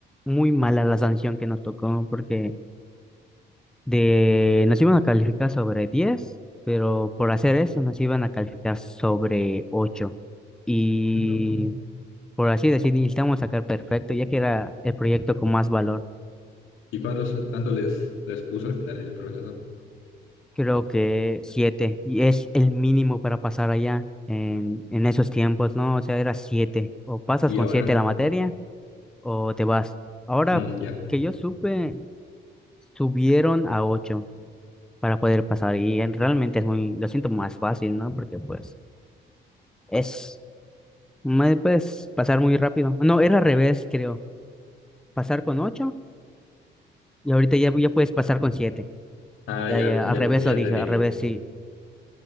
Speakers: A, in the centre; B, on the left.
A: muy mala la sanción que nos tocó porque De, nos iban a calificar sobre 10 pero por hacer eso nos iban a calificar sobre ocho Y
B: No.
A: por así decir, necesitamos sacar perfecto, ya que era el proyecto con más valor.
B: ¿Y cuántos, cuánto les, les puso al final el profesor?
A: Creo que 7 y es el mínimo para pasar allá en, en esos tiempos, ¿no? O sea, era siete O pasas
B: Y
A: con
B: ahora,
A: 7 la materia o te vas. Ahora
B: Mm, ya.
A: que yo supe, subieron a 8 para poder pasar y en- realmente es muy, lo siento más fácil, ¿no? Porque pues... Es Más puedes pasar muy rápido. No, era al revés, creo. Pasar con ocho y ahorita ya, ya puedes pasar con siete.
B: Ah,
A: Ya,
B: ya,
A: ya,
B: ya
A: al revés
B: entendí,
A: lo
B: ya entendí.
A: dije, al revés sí.